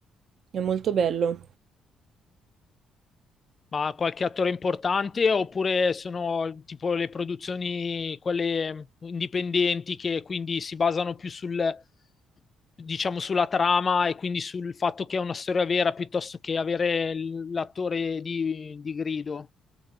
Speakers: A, on the right; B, on the left.
A: È molto bello.
B: ma qualche attore importante, oppure sono tipo le produzioni, quelle indipendenti, che quindi si basano più sul, diciamo, sulla trama e quindi sul fatto che è una storia vera piuttosto che avere l- l'attore di di grido.